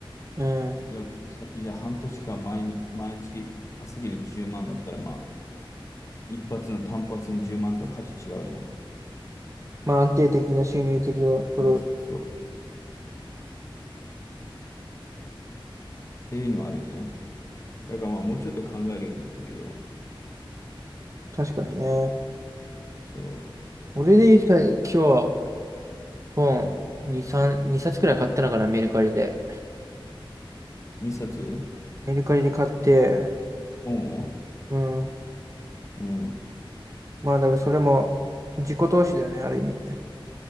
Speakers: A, on the right; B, on the left.
A: うん。
B: じゃあ、この先、じゃあ半年間毎、毎月稼げる10万だったら、まあ、一発の単発の10万とは価値違うじゃん。
A: まあ、安定的な収入的なこ
B: そうそうそう。っていうのはあるよね。だからまあ、もうちょっと考えるようになったけど、
A: と、確かにね。
B: そ
A: 俺で言ったら、今日、本、2、3、2冊くらい買ったのかな、メルカリで。
B: う、2冊
A: メルカリで買って、
B: 本を、
A: うん。
B: うん、うん、
A: まあ、だからそれも自己投資だよね、ある意味。